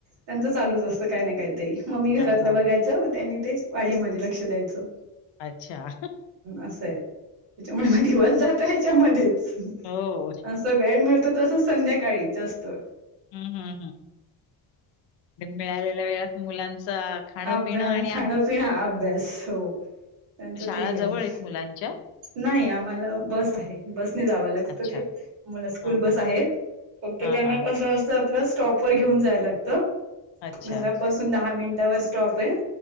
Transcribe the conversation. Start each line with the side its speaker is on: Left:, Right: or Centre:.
Right: त्यांचं चालूच असतं काय नाही काय. तरी मम्मी
Left: हां,
Right: घरातलं
Left: हां.
Right: बघायचं त्यांनी ते वाढमध्ये लक्ष द्यायचं.
Left: अच्छा.
Right: असंय त्याच्यामुळे म दिवस जातो याच्यामध्येच
Left: हो.
Right: अस. वेळ मिळतो तसंच संध्याकाळी जास्तो.
Left: हम् हम्म हम. मिळालेल्या वेळात मुलांचा. खाणं-पिणं
Right: अभ्या
Left: आणि
Right: खाणपिण अभ्यास हो त्यांचा
Left: शाळा
Right: तेही आहे.
Left: जवळ आहेत मुलांच्या?
Right: नाही आम्हाला बस आहे बसने जावं लागतं
Left: अच्छा.
Right: ते. मु स्कूल
Left: हां,
Right: बस
Left: हां.
Right: आहेत फक्त
Left: हां,
Right: त्यांना
Left: हां.
Right: कं असत आपलं स्टॉप वर घेऊन जाय लागत
Left: अच्छा.
Right: घरापासून दहा मिनिटावर स्टॉप आहे